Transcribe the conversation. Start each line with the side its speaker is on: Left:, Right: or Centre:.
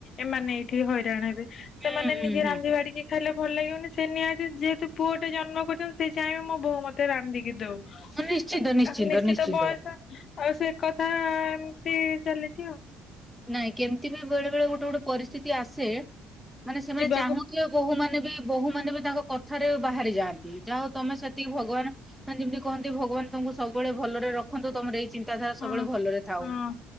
Left: ଏମାନେ ଏଇଠି ହଇରାଣ ହେବେ,
Centre: ହୁଁ
Left: ସେମାନେ ନିଜେ
Centre: ହୁଁ।
Left: ରାନ୍ଧିବା ବାଢିକି ଖାଇଲେ ଭଲ ଲାଗିବନି, ସେ ନିହାତି ଯେହେତୁ ପୁଅ ଟେ ଜନ୍ମ କରିଚନ୍ତି ସେ ଚାହିଁବେ ମୋ ବୋହୁ ମତେ ରାନ୍ଧିକି ଦଉ।
Centre: ନିଶ୍ଚିନ୍ତ
Left: କ
Centre: ନିଶ୍ଚିନ୍ତ
Left: ନିଶ୍ଚିତ
Centre: ନିଶ୍ଚିନ୍ତ
Left: ବୟସ ଆଉ ସେ ଏକଥା ଏମିତି ଚାଲିଚି ଆଉ।
Centre: ନାଇଁ କେମିତି ବି ବେଳେ ବେଳେ ଗୋଟେ ଗୋଟେ ପରିସ୍ଥିତି ଆସେ ମାନେ ସେମାନେ
Left: ଯିବାକୁ
Centre: ଚାହୁଁଥିବେ ବୋହୂ ମାନେ ବି ବୋହୂମାନେ ବି ତାଙ୍କ କଥାରେ ବାହାରି ଯାଆନ୍ତି, ଯାହା ହଉ ତମେ ସେତିକି ଭଗବାନ ମାନେ ଯେମିତି କହନ୍ତି ଭଗବାନ ତମକୁ ସବୁବେଳେ ଭଲରେ ରଖନ୍ତୁ, ତମର ଏଇ ଚିନ୍ତା ଧାରା ସବୁବେଳେ
Left: ହଁ
Centre: ଭଲରେ ଥାଉ।
Left: ହଁ